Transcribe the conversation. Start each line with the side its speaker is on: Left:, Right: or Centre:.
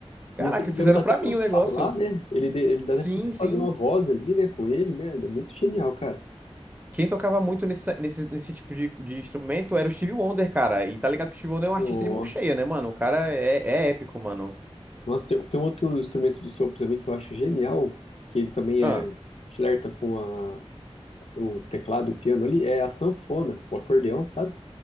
Right: Caraca,
Left: E se eu não me
Right: fizeram
Left: engano, dá
Right: pra
Left: até pra
Right: mim o negócio.
Left: falar, né? Ele, de- ele dá
Right: Sim,
Left: até pra você
Right: sim.
Left: fazer uma voz ali, né? Com ele, né? É muito genial, cara.
Right: Quem tocava muito nesse, nesse, nesse tipo de, de instrumento era o Stevie Wonder, cara. E tá ligado que o Stevie Wonder é um artista
Left: Nossa.
Right: de mão cheia, né, mano? O cara é, é épico, mano.
Left: Nossa, tem, tem um outro instrumento de sopro também que eu acho genial, que ele também
Right: Ah.
Left: é flerta com a, o teclado e o piano ali, é a sanfona, o acordeão, sabe?